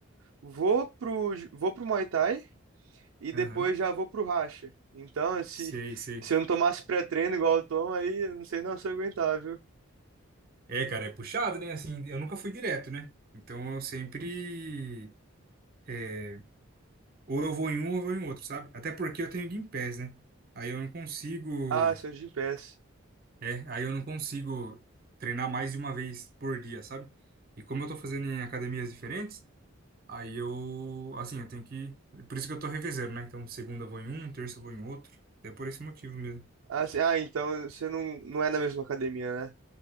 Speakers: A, on the right; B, on the right.
A: vou pro, ju- vou pro Muay Thai e depois
B: Aham.
A: já vou pro racha. Então, se,
B: Sei, sei.
A: se eu não tomasse pré-treino igual eu tomo, aí eu não sei não se eu aguentar, viu?
B: É, cara, é puxado, né? Assim, eu nunca fui direto, né? Então eu sempre. é, ou eu vou em um ou eu vou em outro, sabe? Até porque eu tenho Gympass, né? Aí eu não consigo.
A: Ah, Santos de Gimpass.
B: É, aí eu não consigo treinar mais de uma vez por dia, sabe? E como eu tô fazendo em academias diferentes, aí eu. Assim, eu tenho que. Por isso que eu tô revezando, né? Então segunda eu vou em um, terça eu vou em outro. É por esse motivo mesmo.
A: Ah, se- ah, então você não, não é na mesma academia, né?